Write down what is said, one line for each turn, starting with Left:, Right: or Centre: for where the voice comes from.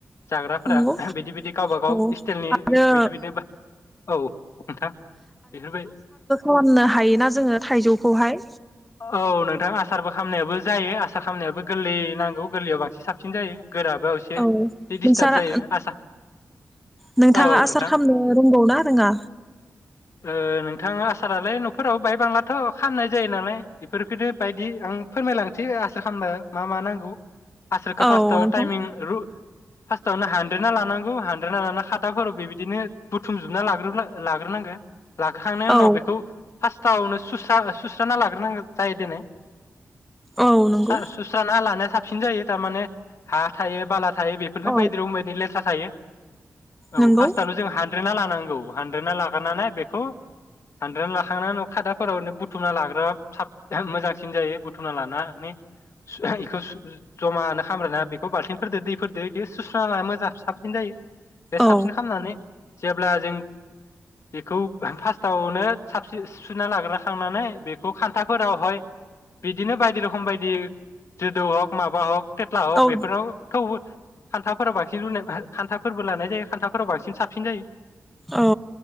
Left: जाग्राफोरा
Centre: नंगौ
Left: बिदि बिदि गावबा गाव
Centre: औ
Left: स्टाइलनि
Centre: आरो
Left: बिदि बिदिनो औ नोंथां बेफोरबाय
Centre: फाननो हायोना जोङो थाइजौ खौहाय
Left: औ नोंथां आसारबो खामनायाबो जायो आसार खामनायाबो गोरलै नांगौ गोरलैयाव बांसिन साबसिन जायो। गोराबा एसे
Centre: औ
Left: जि डिस्टाब
Centre: नोंसारा
Left: जायो आसा
Centre: नोंथाङा
Left: औ औ
Centre: आसार
Left: नोंथां
Centre: खालामनो रोंगौ ना रोङा?
Left: ओ नोंथाङा आसारालै न'फोराव बायबांलाथ खामनाय जायो नालाय बेफोरखौनो बायदि आं फोरमायलासै आसार खामबा मा मा नांगौ? आसारखौ
Centre: औ
Left: फासताव
Centre: नोंथां
Left: टाइमिं रु फास्टआवनो हानद्रेना लानांगौ हानद्रेना लाना खादाफोराव बेबायदिनो बुथुमजोबना लाग्रोब्ला लाग्रोनांगो। लाखांनायनि
Centre: औ
Left: उनाव बेखौ फास्तावनो सुस्रा सुस्राना लाग्रोनांगोन। जायोदिनै
Centre: औ नंगौ
Left: स्रा सुस्राना लानाया सा साबसिन जायो थारमाने हा थायो बाला थायो बेफोरनो
Centre: औ
Left: बायदि रं बायदि लेथा थायो। औ
Centre: नंगौ
Left: फार्स्टआवल जों हानद्रेनना ला नोंगौ हानद्रेदना लाग्रोननानै बेखौ हानद्रेदना लाखांनानै न खादाफोराव बुथुमना लाग्रा साब मोजांसिन जायो बुथुना लानानानै सु इखौ सु जमानो खामग्राना बेखौ बाल्थिंफोरदो दैफोरदो बिखौ सुस्रना ला मोजां साबसिन जायो। बे साबसिन
Centre: औ
Left: खालामनानै जेब्ला जों बेखौ फार्स्टावनो साबसि सिबसुना लाग्राखांनानै बे खौ खान्थाफोरावहाय बिदिनो बायदि रखोम बायदि जोदौ हक माबा हक टेथ्ला हक
Centre: औ
Left: बेफोराव थेवबो खान्थाफोराव बांसिन लुनाय खान्थाफोरबो लानाय जायो खान्थाफोराव बांसिन साबसिन जायो।
Centre: औ